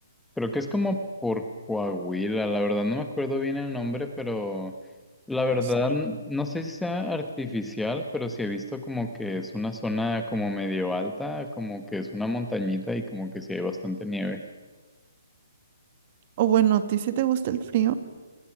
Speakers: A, in the centre; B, on the right.
A: Creo que es como por Coahuila, la verdad no me acuerdo bien el nombre, pero la verdad
B: O s-
A: no sé si sea artificial, pero sí he visto como que es una zona como medio alta, como que es una montañita y como que sí hay bastante nieve.
B: o bueno, ¿a ti sí te gusta el frío?